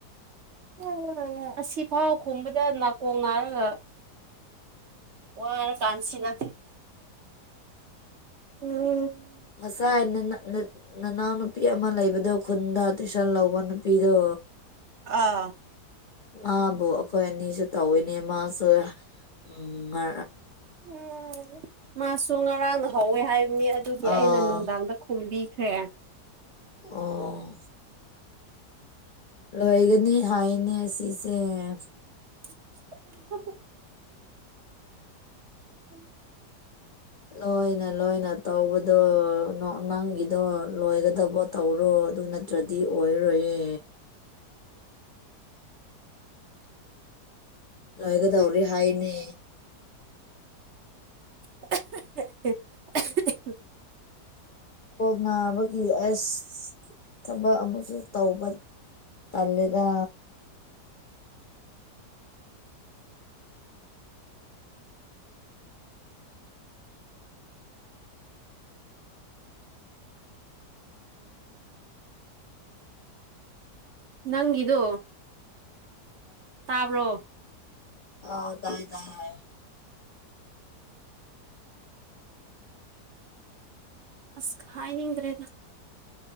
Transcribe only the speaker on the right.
<unintelligible> ꯑꯁꯤꯐꯥꯎ ꯈꯨꯝꯕꯗ ꯅꯥꯀꯣꯡ ꯅꯥꯔꯒ ꯋꯥꯔ ꯀꯥꯟꯁꯤꯗ ꯎꯝ
ꯑꯥ
<unintelligible> ꯃꯥꯁꯨ ꯉꯔꯥꯡ ꯍꯧꯋꯦ ꯍꯥꯏꯕꯅꯤ ꯑꯗꯨꯗꯤ ꯑꯩꯅ
ꯅꯨꯡꯗꯥꯡꯗ ꯈꯨꯝꯕꯤꯈꯤ ꯈ꯭ꯔꯦ
<unintelligible> ꯍꯝ
<unintelligible> <unintelligible>
ꯅꯪꯒꯤꯗꯣ ꯇꯥꯕ꯭ꯔꯣ
ꯑꯁ ꯍꯥꯏꯅꯤꯡꯗ꯭ꯔꯦꯗ